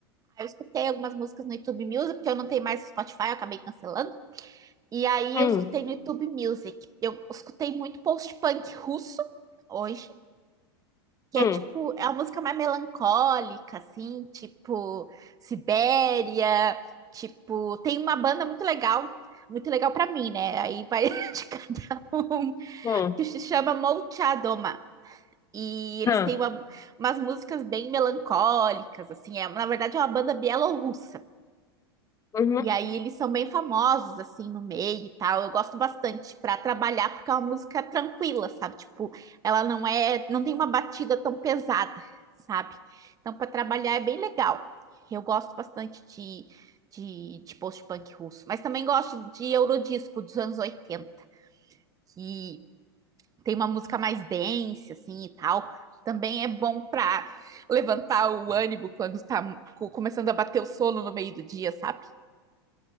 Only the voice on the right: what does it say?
Eu escutei algumas músicas no YouTube Music, porque eu não tenho mais Spotify, eu acabei cancelando. E aí
eu escutei no YouTube Music. Eu escutei muito post-punk russo hoje. que
é tipo, é uma música mais melancólica, assim, tipo Sibéria, tipo, tem uma banda muito legal, muito legal pra mim, né? Aí vai <laughs> indicar um
que se chama Molchadoma. E eles
têm uma- umas músicas bem melancólicas, assim, é, na verdade é uma banda bielorrussa.
E aí eles são bem famosos, assim, no meio e tal. Eu gosto bastante para trabalhar, porque é uma música tranquila, sabe? Tipo, ela não é, não tem uma batida tão pesada, sabe? Então, para trabalhar é bem legal. Eu gosto bastante de, de, de post-punk russo, mas também gosto de Eurodisco dos anos oitenta que tem uma música mais dance, assim, e tal. Também é bom para levantar o ânimo quando está começando a bater o sono no meio do dia, sabe?